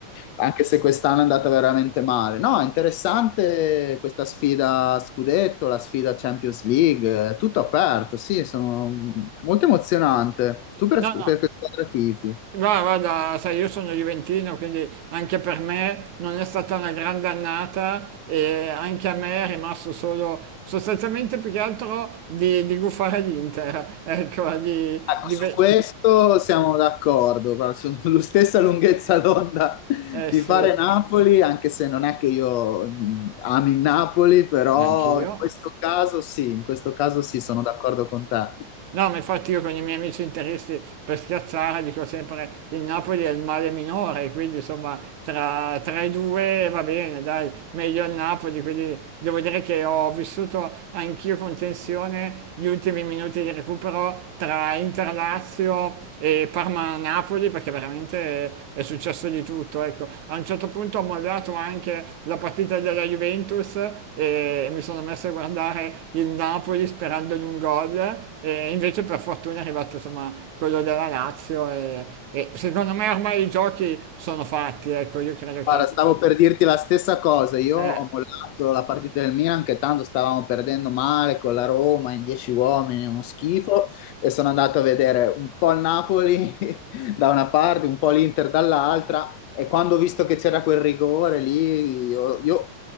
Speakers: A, on the left; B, on the right.
A: anche se quest'anno è andata veramente male. No, è interessante questa sfida a scudetto, la sfida Champions League, è tutto aperto, sì, sono molto emozionante. Tu per,
B: No, no,
A: per che squadra tifi?
B: Guarda, guarda, sai, io sono Juventino, quindi anche per me non è stata una grande annata e anche a me è rimasto solo sostanzialmente più che altro di, di gufare l'Inter, <laughs> ecco, di,
A: Ecco,
B: di
A: su
B: ve-
A: questo siamo d'accordo, guarda, sulla <laughs> stessa lunghezza d'onda <laughs>
B: Eh
A: di
B: sì,
A: fare Napoli, anche se non è che io mh, ami il Napoli, però
B: neanch'io.
A: in questo caso sì, in questo caso sì, sono d'accordo con te.
B: No, ma infatti io con i miei amici interisti per schiazzare dico sempre il Napoli è il male minore, quindi insomma tra, tra i due va bene, dai, meglio il Napoli, quindi devo dire che ho vissuto anch'io con tensione gli ultimi minuti di recupero tra Interlazio e Parma-Napoli sì, perché veramente è successo di tutto, ecco. A un certo punto ho mollato anche la partita della Juventus e mi sono messo a guardare il Napoli sperando in un gol e invece per fortuna è arrivato insomma quello della Lazio e, e secondo me ormai i giochi sono fatti, ecco, io credo che...
A: Guarda, stavo per dirti la stessa cosa. Io
B: eh,
A: ho mollato la partita del Milan, che tanto stavamo perdendo male con la Roma in 10 uomini, uno schifo. E sono andato a vedere un po' il Napoli <laughs> da una parte, un po' l'Inter dall'altra. E quando ho visto che c'era quel rigore lì, io, io-